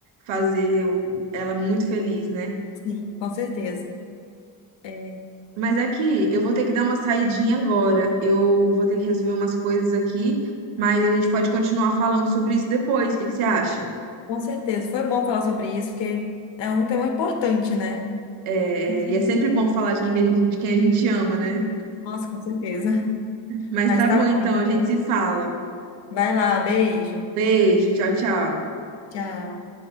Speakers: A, on the right; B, on the left.
A: fazer o- ela muito feliz, né?
B: sim, com certeza. É,
A: Mas aqui, eu vou ter que dar uma saidinha agora. Eu vou ter que resolver umas coisas aqui, mas a gente pode continuar falando sobre isso depois. O que que você acha?
B: Com certeza. Foi bom falar sobre isso, porque é um tema importante, né?
A: É,
B: <laughs>
A: é, e é sempre bom falar de quem, que a gente, de quem a gente ama, né?
B: Nossa, com certeza.
A: Mas
B: Mas
A: tá
B: tá
A: bom,
B: bom,
A: então,
B: então.
A: a gente se fala.
B: Vai lá, beijo.
A: Beijo, tchau, tchau.
B: Tchau.